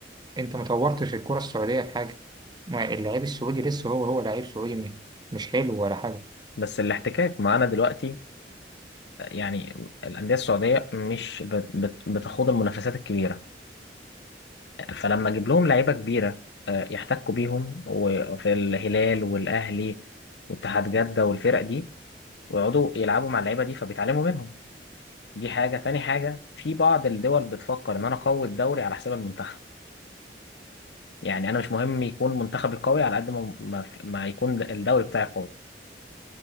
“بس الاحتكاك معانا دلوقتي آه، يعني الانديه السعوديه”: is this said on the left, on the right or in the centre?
Left